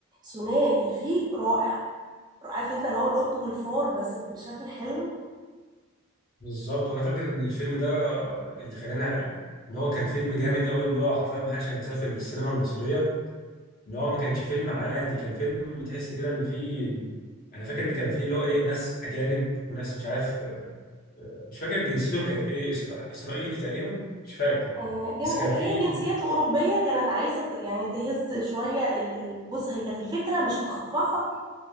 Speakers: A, on the right; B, on the left.
A: ثنائي فيه رائع عارف انت اللي هو القط والفار بس بشكل حلو
B: بالظبط وانا فاكر ان الفيلم ده اللي خلاني ان هو كان فيلم جامد قوي اللي هو حرفيا ما حدش هينساه في السينما المصريه ان هو ما كانش فيلم عادي كان فيلم تحس كده ان فيه انا فاكر ان كان فيه اللي هو ايه ناس اجانب وناس مش عارف مش فاكر جنسيتهم كانت ايه إسرا... اسرائيلي تقريبا مش فاكر
A: آه، جن-
B: بس كان في
A: هي جنسيته أوروبية كانت عايزة ت- يعني تهز شوية ال- ال- بص هي كانت الفكرة مش في خطفها